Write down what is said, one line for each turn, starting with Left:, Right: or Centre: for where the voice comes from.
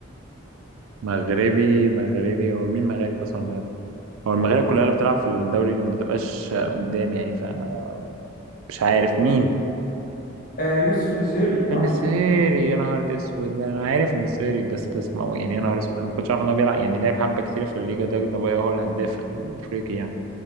Right: مغربي مغربي هو مين مغرب اصلا ده هو المغرب كلها اللي بتلعب في الدوري اللي ما بتبقاش قدام يعني فمش عارف مين
Left: آه، يوسف نسيري عارفه
Right: النصيري يا نهار اسود انا عارف النصيري بس بس ما هو يعني يا نهار اسود انا ما كنتش عارف ان هو بيلعب يعني لعب حبه كتيره في الليجا ده نبايا هو هو الهداف الافريقي يعني